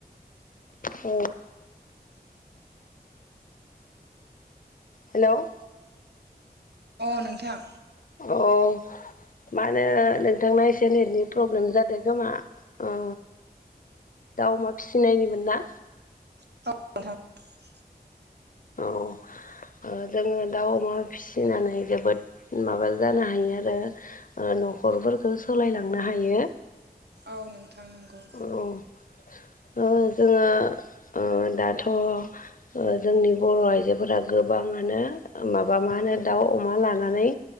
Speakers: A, on the left; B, on the right.
A: अ। हेल'।
B: अ नोंथां।
A: औ। मा होनो नोंथांना एसे नेटनि प्रब्लेम जादों खोमा अ'। दाउ अमा फिसिनायनिमोन ना।
B: <inaudible>
A: औ। जोङो दाउ अमा फिसिनानै जोबोद माबा जानो हायो आरो। ओ न'खरफोरखौ सोलायलांनो हायो।
B: औ नोंथां नंगौ।
A: औ ओ जोङो ओ दाथ'। ओ जोंनि बर' आइजोफोरा गोबाङानो माबा मा होनो दाउ अमा लानानै।